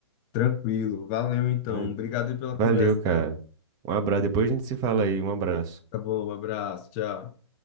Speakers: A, on the left; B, on the right.
A: Tranquilo. Valeu, então.
B: Pra-
A: Obrigado aí pela
B: Valeu,
A: conversa.
B: cara. Um abraço. Depois a gente se fala aí. Um abraço.
A: Tá bom, Um abraço. Tchau.